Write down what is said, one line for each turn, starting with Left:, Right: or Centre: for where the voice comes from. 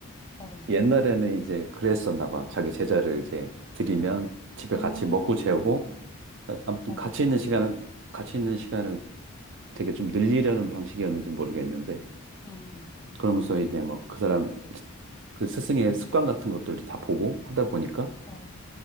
Left: 어.
Right: 옛날에는 이제 그랬었나 봐 자기 제자를 이제 들이면 집에
Left: 음,
Right: 같이 먹고 재우고 아, 아무튼
Left: 어,
Right: 같이 있는 시간을 같이 있는 시간을 되게 좀 늘리려는 방식이었는지 모르겠는데
Left: 응,
Right: 그러면서 이제 막 그 사람 그 스승의 습관 같은 것들도 다 보고 하다 보니까
Left: 어,